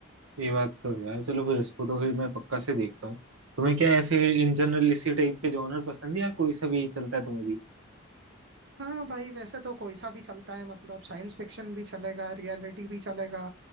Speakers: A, on the right; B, on the right.
A: ये बात तो है यार चलो फिर इसको तो फिर मैं पक्का से देखता हूँ तुम्हें क्या ऐसे इन जनरल इसी टाइप के जॉनर पसंद है या कोई सा भी चलता है तुम्हें भी
B: हाँ भाई वैसे तो कोई सा भी चलता है मतलब साइंस फिक्शन भी चलेगा रियलिटी भी चलेगा